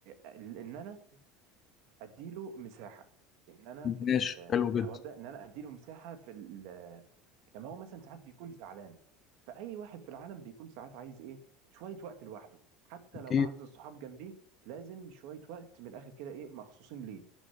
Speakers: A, on the right; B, on the left.
A: ال- ان انا اديله مساحه ان انا في ال-
B: ماشي حلو
A: في الحوار
B: جدا
A: ده ان انا اديله مساحه في ال- لما هو مثلا ساعات بيكون زعلان فأي واحد في العالم بيكون ساعات عايز إيه شوية وقت لوحده حتى
B: اكيد
A: لو أعز الصحاب جنبيه لازم شوية وقت من الآخر كده إيه مخصوصين ليه